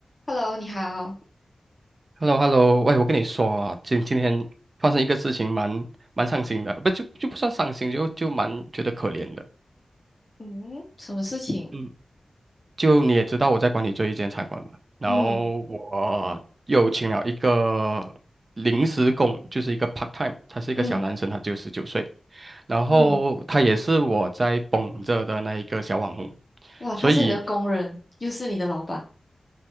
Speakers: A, on the left; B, on the right.
A: Hello，你好。
B: h e l l o h e l l o 喂，我跟你说啊，今今天发生一个事情蛮，蛮伤心的，不就就不算伤心，就就蛮觉得可怜的。
A: 嗯，什么事情？
B: 嗯，就你也知道我在管理这一间餐馆嘛，然后我又请了一个
A: 嗯
B: 临时工，就是一个 part time，他是一个小男生，
A: 嗯
B: 他只有十九岁，然后他也是我在捧着的那一个小网红，
A: 嗯，哇，他是你的工人，
B: 所以。
A: 又是你的老板，